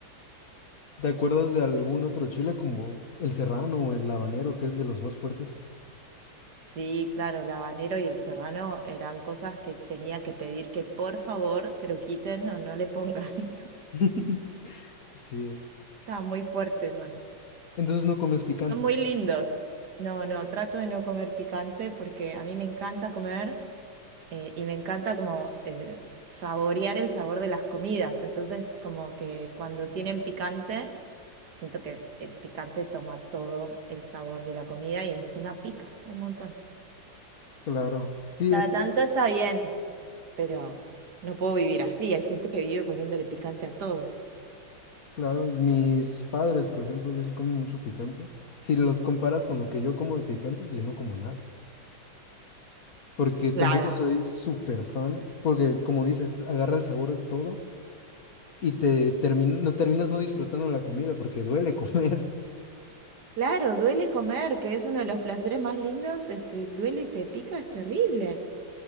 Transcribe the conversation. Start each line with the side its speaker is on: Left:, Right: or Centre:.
Left: ¿Te acuerdas de algún otro chile como el serrano o el habanero, que es de los más fuertes?
Right: Sí, claro, el habanero y el serrano eran cosas que tenía que pedir que por favor se lo quiten o no le pongan. <laughs>
Left: <laughs> Sí.
Right: Estaban muy fuertes, son.
Left: Entonces no comes picante.
Right: Son muy lindos. No, no, trato de no comer picante porque a mí me encanta comer eh, y me encanta como eh, saborear el sabor de las comidas. Entonces, como que cuando tienen picante, siento que el picante toma todo el sabor de la comida y encima pica un montón.
Left: Claro. Sí,
Right: Cada
Left: es que
Right: tanto está bien, pero no puedo vivir así. Hay gente que vive poniéndole picante a todo.
Left: Claro, mis padres, por ejemplo, ellos sí comen mucho picante. Si los comparas con lo que yo como de picante, pues yo no como nada. Porque tampoco
Right: Claro.
Left: soy súper fan, porque como dices, agarra el sabor de todo y te termina, no terminas no disfrutando la comida porque duele comer.
Right: Claro, duele comer, que es uno de los placeres más lindos, este, duele y te pica, es terrible.